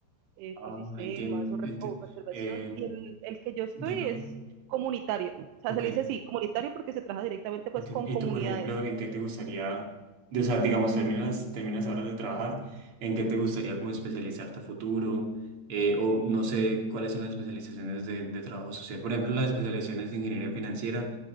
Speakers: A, on the right (about 80°); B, on the right (about 45°).
A: ecosistemas
B: Ah, entiendo,
A: o,
B: entiendo.
A: o preservación,
B: Eh,
A: y el, el, que yo estoy
B: digamos.
A: es comunitario, o sea,
B: Ok.
A: se le dice así, comunitario porque se trabaja directamente pues
B: Entiendo.
A: con comunidades,
B: Y tú, por ejemplo, ¿en qué te gustaría, de- o sea, digamos, terminas, terminas ahora de trabajar, ¿en qué te gustaría como especializarte a futuro? Eh, o no sé cuáles son las especializaciones de, de trabajo social. Por ejemplo, las especializaciones de ingeniería financiera.